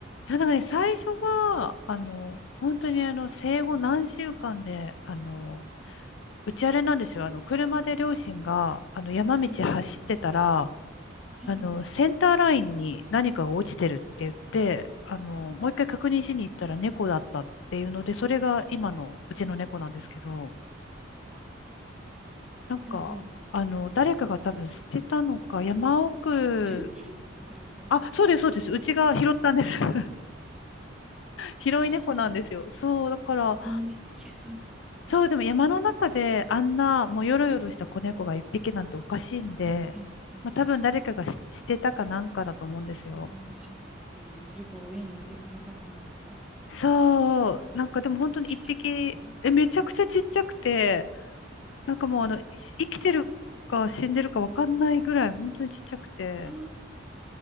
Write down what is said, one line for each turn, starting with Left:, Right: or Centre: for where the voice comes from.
Left: う、いや、だからね、最初は、あの、本当にあの、生後何週間で、あの、うちあれなんですよ。あの、車で両親が、あの、山道走ってたら、
Centre: い、はい、
Left: あの、センターラインに何かが落ちてるって言って、あの、もう一回確認しに行ったら猫だったっていうので、それが今のうちの猫なんですけど、なんか、
Centre: はい、はい。
Left: あの、誰かが多分捨てたのか、山奥、
Centre: え、自分で拾ったってことですかあ
Left: あ、そうです、そうです。うちが拾ったんです。<laughs> 広い猫なんですよ。
Centre: ら、
Left: そう、だから、
Centre: 運命的な。
Left: そう、でも山の中であんな、もうよろよろした子猫が一匹なんておかしいんで、
Centre: はい、はい。
Left: まあ多分誰かがし捨てたかなんかだと思うんですよ。
Centre: でもなんかしちゃったですよね。それか親に置いてかれたかなんだか。
Left: そう、なんかでも本当に一匹、
Centre: 父がですね。
Left: え、めちゃくちゃちっちゃくて、なんかもうあの、い生きてるか死んでるかわかんないぐらい、
Centre: 言っちゃった。あ
Left: 本当にちっちゃくて、
Centre: あ。